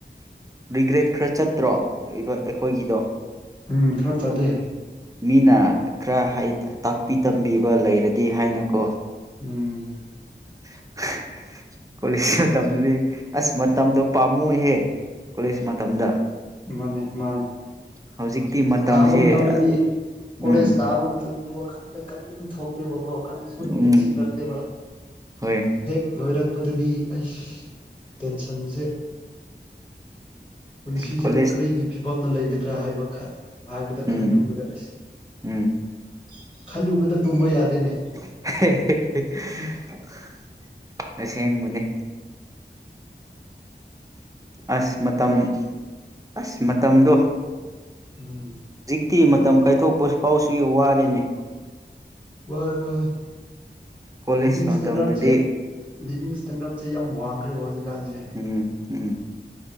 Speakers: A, on the right; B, on the left.
A: ꯔꯤꯒ꯭ꯔꯦꯠ ꯈꯔ ꯆꯠꯇ꯭ꯔꯣ ꯑꯩꯈꯣꯏꯒꯤꯗꯣ
B: ꯎꯝ ꯈꯔ ꯆꯠꯂꯦ꯫
A: ꯃꯤꯅ ꯈꯔ ꯇꯥꯛꯄꯤ ꯇꯝꯕꯤꯕ ꯂꯩꯔꯗꯤ ꯍꯥꯏꯅꯀꯣ
B: ꯎꯝ
A: <unintelligible> ꯀꯣꯂꯦꯖ ꯃꯇꯝꯗꯨꯗꯤ ꯑꯁ ꯃꯇꯝꯗꯣ ꯄꯥꯝꯃꯨꯍꯦ ꯀꯣꯂꯦꯖ ꯃꯇꯝꯗ
B: ꯃꯥꯅꯦ ꯃꯥꯅꯦ꯫
A: ꯍꯧꯖꯤꯛꯇꯤ ꯃꯇꯝꯁꯦ
B: ꯀꯥꯕ ꯃꯇꯝꯗꯗꯤ
A: ꯎꯝ
B: ꯀꯣꯂꯦꯖ ꯀꯥꯕ ꯃꯇꯝꯗ ꯋꯥꯈꯟꯗ ꯀꯔꯤꯒꯨꯝ ꯊꯣꯛꯇꯦꯕꯀꯣ ꯀꯔꯤꯁꯨ
A: ꯎꯝ
B: ꯅꯤꯡꯁꯤꯡꯂꯛꯇꯦꯕ
A: ꯍꯣꯏ
B: ꯍꯦꯛ ꯂꯣꯏꯔꯛꯄꯗꯗꯤ ꯑꯩ ꯇꯦꯟꯁꯟꯁꯦ ꯄꯨꯟꯁꯤꯁꯦ
A: ꯀꯣꯂꯦꯖ
B: ꯀꯔꯤꯒꯤ ꯐꯤꯕꯝꯅ ꯂꯩꯒꯗ꯭ꯔꯥ ꯍꯥꯏꯕ ꯍꯥꯏꯕꯗ
A: ꯎꯝ
B: ꯈꯜꯂꯨꯕꯗ ꯑꯩꯁ
A: ꯎꯝ
B: ꯈꯜꯂꯨꯕꯗ ꯇꯨꯝꯕ ꯌꯥꯗꯦꯅꯦ
A: <unintelligible> ꯑꯁꯦꯡꯕꯅꯦ ꯑꯁ ꯃꯇꯝ ꯑꯁ ꯃꯇꯝꯗꯣ!
B: ꯎꯝ
A: ꯇꯤ ꯃꯇꯝ ꯀꯥꯏꯊꯣꯛꯄ ꯐꯥꯎꯁꯨ ꯋꯥꯔꯦꯅꯦ꯫
B: ꯋꯥꯏ ꯋꯥꯏ
A: ꯀꯣꯂꯦꯖ
B: ꯂꯤꯕꯤꯡ ꯏꯁꯇꯦꯟꯗꯔꯗ
A: ꯃꯇꯝꯗꯗꯤ
B: ꯁꯦ ꯏꯁꯇꯦꯟꯗꯔꯠꯁꯦ ꯌꯥꯝ ꯋꯥꯡꯈ꯭ꯔꯦꯕ ꯍꯧꯖꯤꯛꯀꯥꯟꯁꯦ
A: ꯎꯝ ꯎꯝ